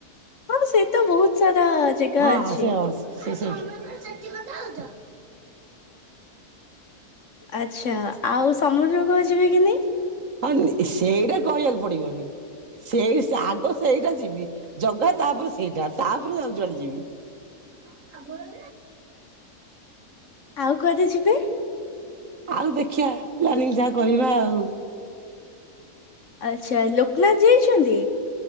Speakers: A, on the left; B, on the right.
A: ହଁ ସେ ତ ବହୁତ ସାରା ଜାଗା
B: ହଁ
A: ଅଛି।
B: ସେୟ ସେ ସେଇଠି ତମେ କଣ ସେଠି କଥା ହଉଚ।
A: ଆଛା ଆଉ ସମୁଦ୍ରକୁ ଯିବେ କି ନାହିଁ?
B: ହଁ ସେଇଟା କହିବାକୁ ପଡିବନି ସେଇ ଆଗ ସେଇଟା ଯିବି ଜଗା ତାପରେ ସେଇଟା ତାପରେ ଆଉ ଯୁଆଡେ ଯିବି।
A: ଆଉ କୁଆଡେ ଯିବେ
B: ଆଉ ଦେଖିବା ପ୍ଲାନିଂ ଯାହା କରିବା ଆଉ।
A: ଆଚ୍ଛା ଲୋକନାଥ ଯାଇଛନ୍ତି।